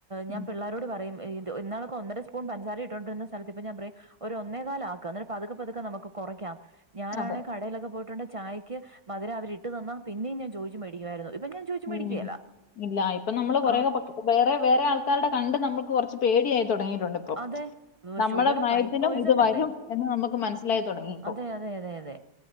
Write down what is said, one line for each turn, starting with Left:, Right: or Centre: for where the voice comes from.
Right: ഞാൻ
Left: ഉം.
Right: പിള്ളാരോട് പറയും ഇന്നാലൊക്കെ ഒന്നര സ്പൺ പഞ്സാര ഇട്ടണ്ടരുന്നഥലത്ത് ഇപ്പ ഞാൻ പറയും ഒരു ഒന്നേ കാല ആക്ക അന്നിട്ട് പതുക്കെ പതുക്കെ നമുക്ക് കുറയ്ക്കാം. ഞാനാണ്
Left: അതെ.
Right: കടയിലൊക്കെ പോയിട്ടണ്ട ചായയ്ക്ക് മധരം അവരിട്ടു തന്നാ പിന്നെയും ഞാ ചോദു മേടിക്കുയിരുന്നു ഇപ്പൊ ഞാൻ ചോദിച്ചു
Left: ഉം
Right: മേടിക്കുകേല.
Left: ഇല്ല ഇപ്പൊ നമ്മള് കൊറെ
Right: ആഹ്
Left: പ വേറെ വേറെ ആൾക്കാരുടെ കണ്ട് നമ്മുക്ക് കുറച്ച് പേടിയായി തുടങ്ങിയിട്ടുണ്ട്. തൊ
Right: അതെ
Left: നമ്മുടെ
Right: ഷുഗർ
Left: പ്രായത്തിലും
Right: വൈറ്റ് പോയിസൺ
Left: ഇത് വരും
Right: അല്ലേ?
Left: എന്ന് നമുക്ക് മനസ്സിലായി തുടങ്ങിട്ടോ
Right: അതെ അതെ അതെ അതെ.